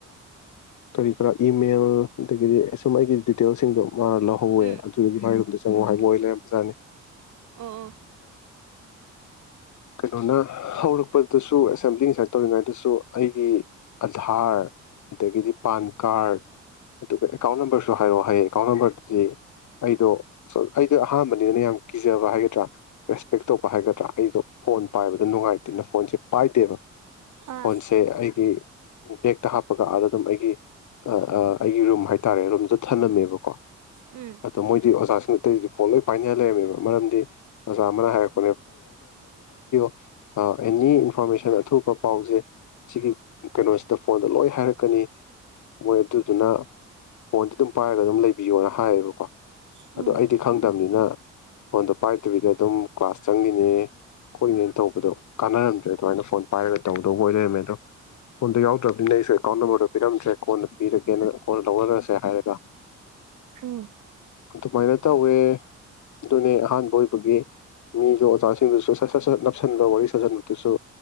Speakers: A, on the left; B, on the right.
A: ꯀꯔꯤ ꯀꯔꯥ ꯏꯃꯦꯜ ꯑꯗꯒꯤꯗꯤ ꯁꯨꯝ ꯑꯩꯒꯤ ꯇꯦꯜꯁꯤꯡꯗꯣ ꯃꯥꯅ ꯂꯧꯍꯧꯋꯦ
B: ꯎꯝ
A: ꯑꯗꯨꯒꯤ ꯃꯥꯏ ꯔꯨꯝꯗ ꯆꯪꯉꯛꯑꯣ ꯍꯥꯏꯕ ꯑꯣꯏ <unintelligible> ꯖꯥꯅꯤ
B: ꯑꯣ ꯑꯣ
A: ꯀꯩꯅꯣꯅ ꯍꯧꯔꯛꯄꯗꯁꯨ ꯑꯦꯁꯦꯝꯕ꯭ꯂꯤ ꯉꯁꯥꯏ ꯇꯧꯔꯤꯉꯩꯗꯁꯨ ꯑꯩꯒꯤ ꯑꯙꯥꯔ ꯑꯗꯒꯤꯗꯤ ꯄꯥꯟ ꯀꯥꯔꯠ <unintelligible> ꯑꯗꯨꯒ ꯑꯦꯀꯥꯎꯟ ꯅꯝꯕꯔꯁꯨ ꯍꯥꯏꯔꯛꯑꯣ ꯍꯥꯏꯌꯦ ꯑꯦꯀꯥꯎꯟ ꯅꯝꯕꯔꯗꯨꯗꯤ ꯑꯩꯗꯣ ꯑꯩꯗꯣ ꯑꯍꯥꯟꯕꯅꯤꯅ ꯌꯥꯝ ꯀꯤꯖꯕ ꯍꯥꯏꯒꯗ꯭ꯔꯥ ꯔꯦꯁꯄꯦꯛ ꯇꯧꯕ ꯍꯥꯏꯒꯗ꯭ꯔꯥ ꯑꯩꯗꯣ ꯐꯣꯟ ꯄꯥꯏꯕꯗꯣ ꯅꯨꯡꯉꯥꯏꯇꯦꯅ ꯐꯣꯟꯁꯦ ꯄꯥꯏꯗꯦꯕ
B: ꯑꯥ
A: ꯐꯣꯟꯁꯦ ꯑꯩꯒꯤ ꯕꯦꯛꯇ ꯍꯥꯞꯄꯒ ꯑꯥꯗ ꯑꯗꯨꯝ ꯑꯩꯒꯤ ꯑꯩꯒꯤ ꯔꯨꯝ ꯍꯥꯏꯇꯥꯔꯦ ꯔꯨꯝꯁꯨ ꯊꯂꯝꯃꯦꯕꯀꯣ
B: ꯎꯝ
A: ꯑꯡꯠꯣ ꯃꯣꯏꯗꯤ ꯑꯣꯖꯁꯤ ꯑꯇꯩꯗꯤ ꯐꯣꯟ ꯂꯣꯏ ꯄꯥꯏꯅ ꯂꯩꯔꯝꯃꯦꯕ ꯃꯔꯝꯗꯤ ꯑꯣꯖꯥ ꯑꯃꯅ ꯍꯥꯏꯔꯛꯄ ꯑ ꯑꯦꯅꯤ ꯏꯟꯐꯣꯔꯃꯦꯁꯟ ꯑꯊꯨ ꯄꯥꯎꯁꯦ ꯁꯤꯒꯤ ꯀꯩꯅꯣꯁꯤꯗ ꯐꯣꯟꯗ ꯂꯣꯏ ꯍꯥꯏꯔꯛꯀꯅꯤ ꯃꯣꯏ ꯑꯗꯨꯗꯨꯅ ꯐꯣꯟꯗ ꯑꯗꯨꯝ ꯄꯥꯏꯔꯒ ꯑꯗꯨꯝ ꯂꯩꯕꯤꯌꯣꯅ ꯍꯥꯏꯌꯦꯕꯀꯣ
B: ꯎꯝ
A: ꯑꯗꯣ ꯑꯩꯗꯤ ꯈꯪꯗꯕꯅꯤꯅ ꯐꯣꯜꯗꯣ ꯄꯥꯏ <unintelligible> ꯑꯗꯨꯝ ꯀ꯭ꯂꯥꯁ ꯆꯪꯉꯤꯅꯦ ꯈꯣꯠꯂꯤꯅꯦꯅ ꯇꯧꯕꯗꯣ ꯀꯥꯟꯅꯔꯝꯗ꯭ꯔꯦ ꯑꯗꯨꯃꯥꯏꯅ ꯐꯣꯟ ꯄꯥꯏꯔꯒ ꯇꯧꯗꯧꯕ ꯑꯣꯏ ꯂꯩꯔꯝꯃꯦ ꯑꯗꯣ ꯐꯣꯟꯗꯣ ꯌꯥꯎꯗ꯭ꯔꯕꯅꯤꯅ ꯑꯩꯁꯨ ꯑꯦꯀꯥꯎꯟ ꯅꯝꯕꯔꯗꯣ ꯄꯤꯔꯝꯗ꯭ꯔꯦ ꯀꯣꯟꯅ ꯄꯤꯔꯒꯦꯅ ꯀꯣꯟꯅ ꯂꯧꯅꯔꯁꯦ ꯍꯥꯏꯔꯒ
B: ꯎꯝ
A: ꯑꯗꯨꯃꯥꯏꯅ ꯇꯧꯋꯦ ꯑꯗꯨꯅꯦ ꯑꯍꯥꯟꯕ ꯑꯣꯏꯕꯒꯤ ꯃꯤꯗꯣ ꯑꯣꯖꯥꯁꯤꯡꯗꯨꯁꯨ ꯁꯠ ꯁꯠ ꯁꯠ ꯅꯞꯁꯤꯟꯕ ꯋꯥꯔꯤ ꯁꯥꯖꯟꯕꯗꯨꯁꯨ